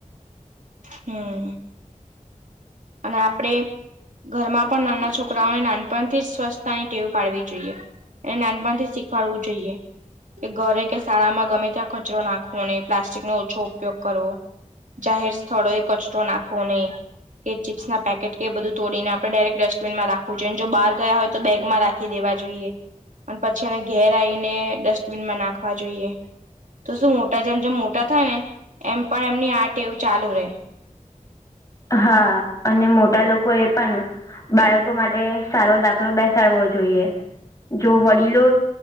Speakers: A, on the right; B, on the left.
A: હમ. અને આપડે. ઘરમાં પણ નાના છોકરાઓને નાનપણથી જ સ્વચસ્થતાની ટેવ પાડવી જોઈએ. અને નાનપણથી શીખવાડવું જોઈએ. કે ઘરે કે શાળામાં ગમે ત્યાં કચરો નાખવો નહીં પ્લાસ્ટિક નો ઓછો ઉપયોગ કરવો. જાહેર સ્થળોએ કચરો નાખવો નહીં. કે ચિપ્સ ના પેકેટ કે એ બધું તોડીને આપડણે ડાયરેક્ટ ડસ્ટબિનમાં રાખવું જોએ અને જો બાર ગયા હોય તો બેગમાં રાખ નાખી દેવા જોઈએ અને પછી એને ઘેર આવીને ડસ્ટબીનમાં નાખવા જોઈએ. તો શું મોટા જેમ જેમ મોટા થાય ને એમ પણ એમની આર્ટ એવું ચાલુ રહે.
B: હા અને મોટા લોકો એ પણ બાળકો માટે માટે સારો દાખલો બેસાડવો જોઈએ જો વડીલો